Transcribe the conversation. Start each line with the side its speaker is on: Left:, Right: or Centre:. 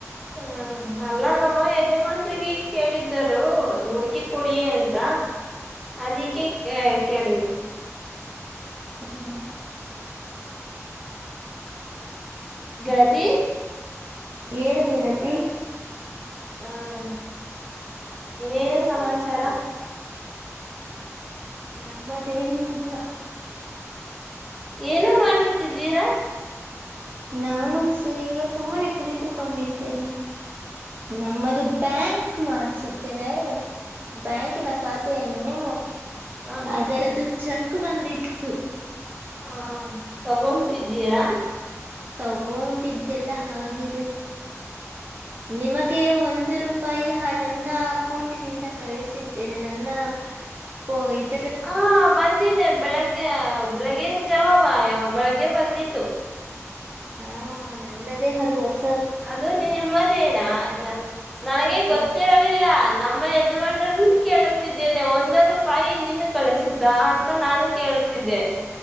Centre: ಹ್ಮ್ ಅಲ್ಲಾ ನಮ್ಮ ಯಜಮನ್ರಿಗ ಹಿ ಕೇಳಿದ್ದರು ಹುಡುಕಿ ಕೊಡಿಯೀ ಅಂತ. ಅದಕ್ಕೆ ಕೇಳ
Right: <unintelligible>
Centre: ಗೆಳತಿ
Right: ಹೇಳ ಗೆಳತಿ
Centre: ಹ್ಮ ಏನು
Right: ಬೇಗ
Centre: ಸಾಮಚಾರ
Right: ಬರ್ತೀಯ ನಮ್ಮದೇನು ಇಲ್ಲಾ.
Centre: ಏನು ಮಾಡುತ್ತಿದ್ದೀರಾ.
Right: ನಾನು ಸಿ ಈಗ ಸುಮ್ಮನೆ ಕುಳಿತುಕೊಂಡಿದ್ದೇನೆ. ನಮ್ಮದು ಬ್ಯಾಂಕ್ ಮಾಡ್ಸಿದ್ದೇನೆ ಬ್ಯಾಂಕಿನ ಖಾತೆಯನ್ನು.
Centre: ಹ ಹಾ
Right: ಆದರೆ ಅದು ಚಕ್ ಬಂದಿತ್ತು
Centre: ಹಾ ತಗೊಂತಿದ್ದೀಯಾ.
Right: ತಗೊಂಡಿದ್ದೆಲ್ಲ ಹಾಗಿದೆ.
Centre: <inaudible>
Right: ನಿಮಗೆ ಒಂದು ರೂಪಾಯಿ ನನ್ನ ಅಕೌಂಟಿನಿಂದ ಕಳಿಸಿದ್ದೇನೆ ನನ್ನ. ಹೊ ಇದ
Centre: ಹಾ ಬಂದಿದೆೆ ಬೆಳಿಗ್ಗೆ. ಬೆಳಗ್ಗೇನ್ ಜವಾವ ಬೆಳಗ್ಗೆ ಬಂದಿತ್ತು.
Right: ಹಾ ನನ್ನದೇ ಅದು ವಸ
Centre: ಅದು ನಿಮ್ಮದೇನ ನನಗೆ ಗೊತ್ತಿರಲಿಲ್ಲ.
Right: ಹಾ
Centre: ನಮ್ಮ ಯಜಮಾನರ ಕೇಳುತ್ತಿದ್ದೇನೆ ಒಂದ ರೂಪಾಯಿ ನೀನು ಕಳಿಸಿದ್ದ ಅಂತ ನಾನು ಕೇಳ ಹೆಳತ್ತಿದ್ದೆ